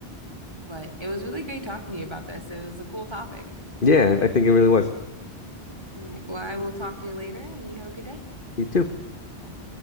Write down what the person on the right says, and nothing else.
But it was really great talking to you about this. It was a cool topic.
All right. Well, I will talk to you later and you have a good day.
Bye.